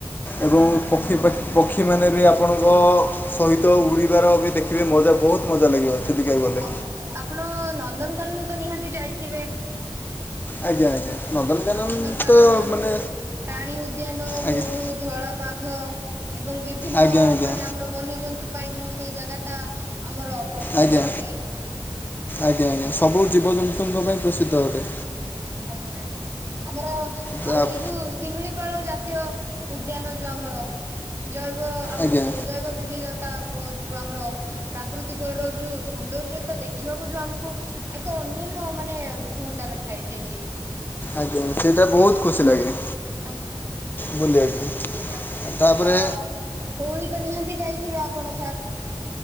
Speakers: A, on the right; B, on the left.
A: ଆଜ୍ଞା
B: ଏବଂ
A: ଆଜ୍ଞା
B: ପକ୍ଷୀ।
A: ନିହାତି।
B: <unintelligible> ପକ୍ଷୀମାନେ ବି ଆପଣଙ୍କ ସହିତ ଉଡ଼ିବାର ବି ଦେଖିବେ ମଜା ବହୁତ ମଜା ଲାଗିବ। ଚିଲିକା ଗଲେ
A: ଆଜ୍ଞା ସାର୍ ଆପଣ ନନ୍ଦନକାନନ ତ ନିହାତି ଯାଇଥିବେ?
B: ଆଜ୍ଞା ଆଜ୍ଞା। ନନ୍ଦନକାନନ
A: ଆମର ନନ୍ଦନକାନନ
B: ତ ମାନେ
A: ଯୋଉ ପ୍ରାଣୀ ଉଦ୍ୟାନ
B: ଆଜ୍ଞା
A: ଓ ଯୋଉ ଧଳା ବାଘ ଏବଂ ବିଭିନ୍ନ
B: ଆଜ୍ଞା ଆଜ୍ଞା
A: ମାନେ ଆମର ବନ୍ୟଜନ୍ତୁ ପାଇଁ ଯୋଉ ସେଇ ଜାଗା ଟା ଆମର ପ୍ରସିଦ୍ଧ
B: ଆଜ୍ଞା
A: ଅଟେ।
B: ଆଜ୍ଞା ଆଜ୍ଞା ସବୁ ଜୀବ ଜନ୍ତୁଙ୍କ ପାଇଁ ପ୍ରସିଦ୍ଧ ଅଟେ।
A: ଆଜ୍ଞା ଆଜ୍ଞା ଆମର
B: ଯା-
A: ଆଉ ଏଇ ଯୋଉ ଶିମିଳିପାଳ ଜାତୀୟ ଉଦ୍ୟାନ ଯୋଉ ଆମର ଜୈବ ଆମର
B: ଆଜ୍ଞା
A: ଯୋଉ ଜୈବ ବିବିଧତ ତା ୱ ଯୋଉ ଆମର ପ୍ରାକୃତିକର ଯୋଉ ସୌନ୍ଦର୍ଯ୍ୟତା ଦେଖିବାକୁ ଯୋଉ ଆମକୁ ଏକ ଅନ୍ୟନ୍ୟ ମାନେ ଭଣ୍ଡାର ଥାଏ ସେଇଠି।
B: ଆଜ୍ଞା ସେଇଟା ବହୁତ୍ ଖୁସି ଲାଗେ।
A: ଆଜ୍ଞା। ଆହୁରି
B: ବୁଲିବାକୁ
A: ଆମର ସେମିତି
B: ତାପରେ
A: ତ ଧଉଳି ତ ନିହାତି ଯାଇଥିବେ ଆପଣ ସାର୍?